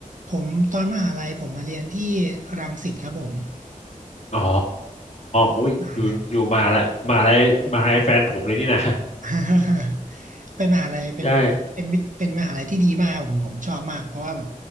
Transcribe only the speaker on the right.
ผมตอนมหาลัยผมมาเรียนที่รังสิตครับผม
มหาลัย <laughs> เป็นมหาลัยเป็นเป็นวิเป็นมหาลัยที่ดีมากผมผมชอบมากเพราะว่าแบบ